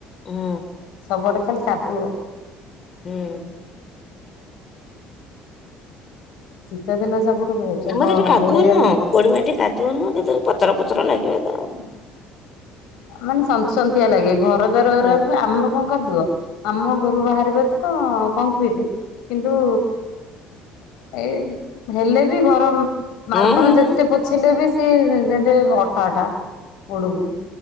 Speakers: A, on the left; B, on the left.
A: ହୁଁ
B: ସବୁଆଡେ ଖାଲି କାଦୁଅ
A: ହୁଁ।
B: ଶୀତଦିନେ ସବୁଠୁ <unintelligible>
A: ଆମର
B: ଘ
A: ଏଠି କାଦୁଅ
B: ଘୋଡେଇହୋବୁ।
A: ନୁହଁ ଗୋଡିମାଟି କାଦୁଅ ନୁଅ କିନ୍ତୁ ପଚର ପଚର ଲାଗିବ ତ ଆଉ।
B: ମାନେ ସନ୍ତ ସନ୍ତିଆ ଲାଗେ ଘରଦ୍ଵାର ଓରାକ
A: ହୁଁ
B: <unintelligible> ଆମର କଣ କାଦୁଅ। ଆମ ଘରୁ ବାହାରିବେ ତ କଂକ୍ରିଟ କିନ୍ତୁ ଏଇ ହେଲେ ବି ଗରମ ମାର୍ବଲ
A: ହୁଁ ହୁଁ
B: ଯେତେ ପୋଛିଲେ ବି ସିଏ ଯେ-ଯେମିତି ଅଠା ଅଠା ଗୋଡକୁ।